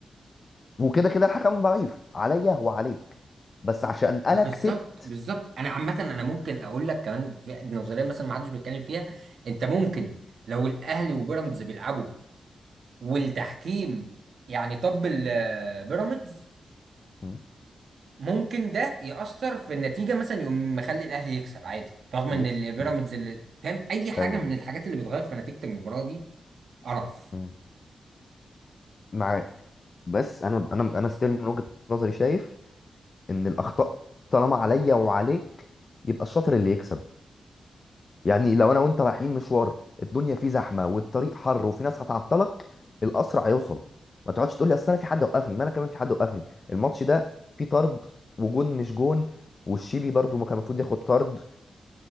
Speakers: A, on the left (about 35°); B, on the right (about 60°).
A: وكده كده الحكم ضعيف عليا وعليك بس عشان انا
B: ما بالظبط
A: كسبت
B: بالظبط انا عامة انا ممكن اقول لك كمان في نظرية مثلا ما حدش بيتكلم فيها انت ممكن لو الاهلي وبيراميدز بيلعبوا والتحكيم يعني طب بيراميدز
A: مم.
B: ممكن ده يأثر في النتيجة مثلا يقوم مخلي الأهلي يكسب عادي رغم
A: يكسب
B: إن البيراميدز
A: مم.
B: اللي فاهم أي حاجة
A: ايوه
B: من
A: أيوة.
B: الحاجات اللي بتغير في نتيجة المباراة دي قرف
A: مم. معاك بس انا انا انا ستيل من وجهة نظري شايف ان الاخطاء طالما عليا وعليك يبقى الشاطر اللي يكسب يعني لو انا وانت رايحين مشوار الدنيا فيه زحمه والطريق حر وفي ناس هتعطلك الاسرع هيوصل ما تقعدش تقول لي اصل انا في حد وقفني ما انا كمان في حد وقفني الماتش ده فيه طرد وجون مش جون والشيبي برضو ما كان المفروض ياخد طرد